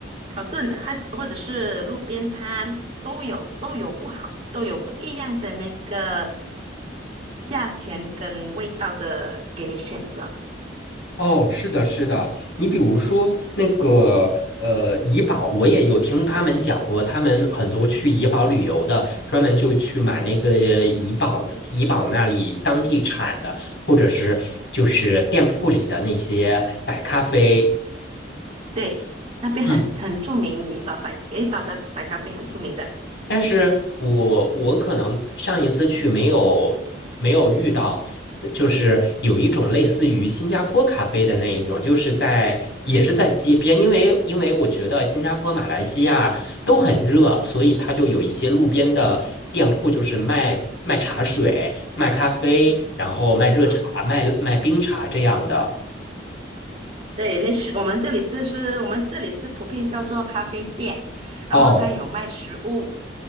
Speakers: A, on the right; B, on the left.
A: 可是还是或者是路边摊都有都有不好都有不一样的那个价钱跟味道的给你选择。
B: 哦，是的，是的。你比如说那个呃，怡宝，我也有听他们讲过，他们很多去怡宝旅游的，专门就去买那个怡宝的，怡宝那里当地产的，或者是就是店铺里的那些白咖啡。
A: 对，那边很很著名，
B: 嗯。
A: 怡宝白怡宝的白咖啡很著名的，
B: 但是我我可能上一次去没有没有遇到，呃就是有一种类似于新加坡咖啡的那一种，就是在也是在街边，因为因为我觉得新加坡、马来西亚都很热，所以它就有一些路边的店铺，就是卖卖茶水、卖咖啡，然后卖热茶、
A: 嗯。
B: 卖卖冰茶这样的。
A: 对，类似我们这里就是我们这里是普遍叫做咖啡店，
B: 哦，
A: 然后它有卖食物，